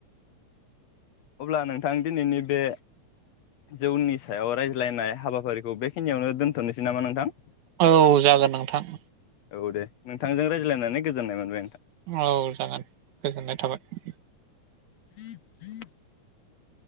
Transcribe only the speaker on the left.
अब्ला नोंथां दिनैनि बे जौनि सायाव रायज्लायनाय हाबाफारिखौ बेखिनियावनो दोनथ'नोसै नामा नोंथां
औ दे नोंथांजों रायज्लायनानै गोजोननाय मोनबाय नोंथां
<unintelligible>